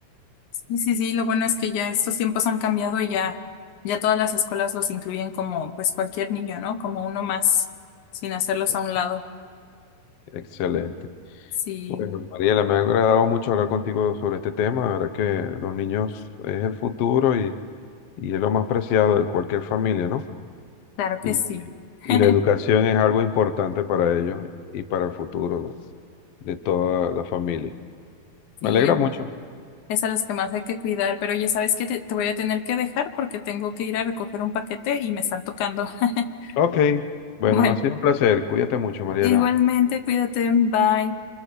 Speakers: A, on the left; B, on the left.
A: sí, sí, sí, lo bueno es que ya estos tiempos han cambiado y ya, ya todas las escuelas los incluyen como pues cualquier niño, ¿no? Como uno más, sin hacerlos
B: sí.
A: a un lado.
B: Excelente.
A: Sí,
B: Bueno, Mariela, me ha agradado mucho hablar contigo sobre este tema. La verdad que los niños es el futuro y, y es lo más preciado de cualquier familia, ¿no?
A: claro que
B: Y,
A: sí.
B: y
A: <laughs>
B: la educación es algo importante para ellos y para el futuro de toda la familia.
A: Sí,
B: Me alegra
A: es,
B: mucho.
A: es a los que más hay que cuidar, pero ya sabes que te, te voy a tener que dejar porque tengo que ir a recoger un paquete y me están tocando. <laughs>
B: Ok. Bueno,
A: Bueno,
B: ha sido un placer. Cuídate mucho, Mariela.
A: igualmente, cuídate, bye.